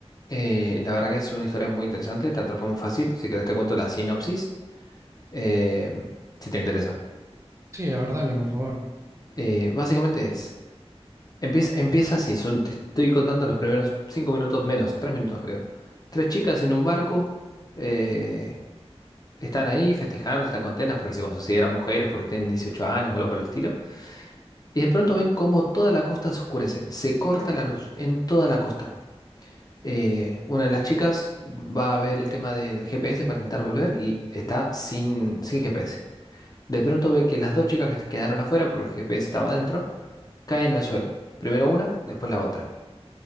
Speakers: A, on the left (about 35°); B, on the right (about 25°).
A: Eh, la verdad que es una historia muy interesante, te atrapa muy fácil. Si querés te cuento la sinopsis, eh, si te interesa.
B: Sí, a ver, dale, por favor.
A: Eh, básicamente es... Empieza, empieza así, son, te estoy contando los primeros cinco minutos menos, tres minutos creo. Tres chicas en un barco, eh, están ahí festejando, están contentas porque se consideran mujeres, porque tienen 18 años o algo por el estilo. Y de pronto ven cómo toda la costa se oscurece, se corta la luz en toda la costa. Eh, una de las chicas va a ver el tema del GPS para intentar volver y está sin, sin GPS. De pronto ve que las dos chicas que quedaron afuera, porque el GPS estaba adentro, caen al suelo. Primero una, después la otra.